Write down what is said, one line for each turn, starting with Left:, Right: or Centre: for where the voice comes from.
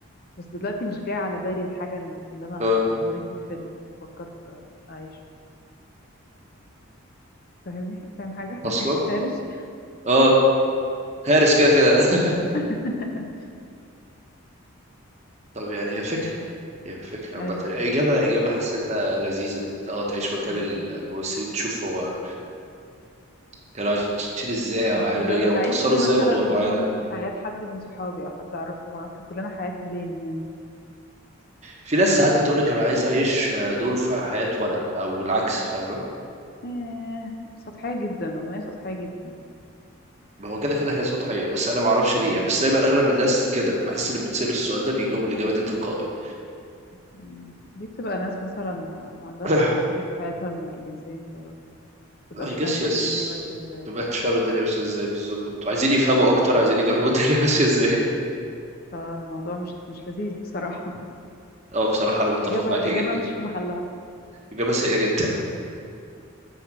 Left: بس دلوقتي مش جاي على بالي الحاجة اللي انا
Right: اه
Left: اللي ابهرتني في فيلم وفكرت اعيشه فاهمني فاهم حاجة <laughs>
Right: أصلا؟
Left: هارش
Right: اه هارس كده كده <laughs>
Left: <laughs>
Right: طب يعني هي فكرة هي فكرة
Left: ايوه
Right: عامة يعني إجابة إجابة حسيتها لذيذة أنت أه تعيش مكان
Left: ايوه
Right: الممثلين تشوف هو كانوا عايشين إزاي أو
Left: اصل
Right: هيعملوا
Left: بجد
Right: إيه
Left: هعيش
Right: أو اتأثروا
Left: ليه
Right: إزاي
Left: مثلا
Right: بأدوار معينة
Left: يوم في حياة حد من صحابي او حد اعرفه هو احنا كلنا حياتنا لين يعني
Right: في ناس ساعات بتقولك أنا عايز أعيش دور في حياة ولد أو العكس فاهمة؟
Left: إيه سطحية جدا أمنية سطحية جدا
Right: ما هو كده كده هي سطحية بس أنا معرفش ليه
Left: مم.
Right: يعني بس دايما أغلب الناس كده بحس اللي بيتسألوا السؤال ده بيجاوبوا الإجابة دي تلقائي
Left: مم. دي بتبقى ناس مثلا ما, ما عندهاش
Right: <coughs>
Left: صحاب كتير في حياتها من الجنسين فمتبقاش
Right: I guess
Left: فاهمة
Right: yes
Left: الدنيا ماشية ازاي
Right: مبقاش فاهم الدنيا ماشية ازاي بالظبط عايزين يفهموا أكتر عايزين يجربوا الدنيا <laughs> ماشية ازاي
Left: فالموضوع مش مش لذيذ بصراحة
Right: اه بصراحة
Left: <laughs>
Right: أنا متفق
Left: إجابة
Right: معاك
Left: إجابة
Right: جدا
Left: مش في محلها
Right: إجابة سيئة جدا